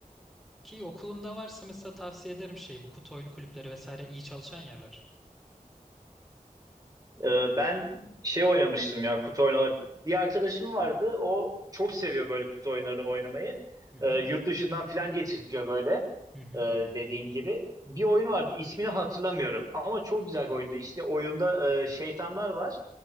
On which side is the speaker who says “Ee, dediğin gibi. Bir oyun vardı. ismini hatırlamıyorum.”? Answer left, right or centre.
Right